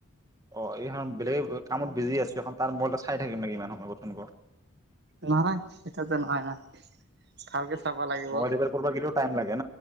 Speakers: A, on the right; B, on the right.
A: অ এইখন বেলেগে কামত বিজি আছো তাৰ মইটা চাই থাকিম নেকি ইমান সময় কথোন ক
B: নহয়, <unintelligible> ভালকে চাব লাগিব
A: মোবাইল ৰিপেয়াৰ কৰিব গেলিও টাইম লাগে না